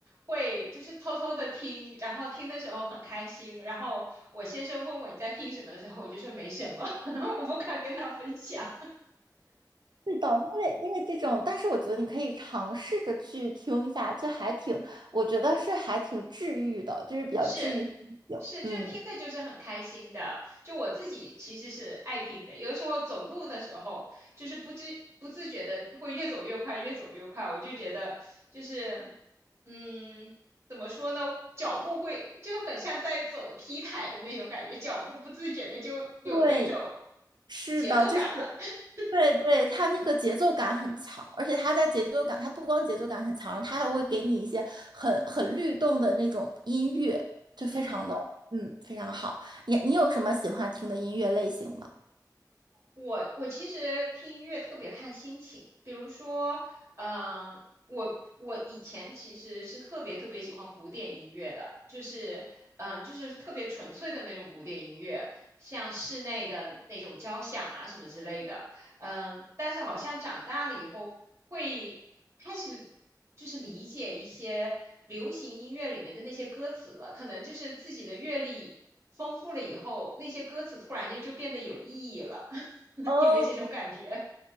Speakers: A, on the right; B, on the right.
A: 会就是偷偷的听，然后听的时候很开心，然后我先生问我你在听什么的时候，我就说没什么，<laughs> 我不敢跟他分享。
B: 是的，因为因为这种，但是我觉得你可以尝试着去听一下，就还挺，我觉得是还挺治愈的，就是比较治愈心情嗯，
A: 是，是，就听的就是很开心的。就我自己其实是爱听的，有的时候走路的时候，就是不知不自觉的会越走越快，越走越快。我就觉得就是，嗯，怎么说呢？脚步会就是很像在走 T 台的那种感觉，脚步不自觉的就有那种
B: 对，是的，
A: 节奏感了。
B: 就是
A: <laughs>
B: 对对，它那个节奏感很强，而且它在节奏感，它不光节奏感很强，它还会给你一些很很律动的那种音乐，就非常的嗯非常好。
A: 嗯。
B: 你你有什么喜欢听的音乐类型吗？
A: 我我其实听音乐特别看心情，比如说，嗯、我我以前其实是特别特别喜欢古典音乐的，就是嗯、就是特别纯粹的那种古典音乐，像室内的那种交响啊什么之类的，嗯、但是好像长大了以后会开始就是理解一些流行音乐里面的那些歌词了，可能就是自己的阅历丰富了以后，那些歌词突然间就变得有意义了。<laughs> <laughs>
B: 哦，
A: 你没这种感觉？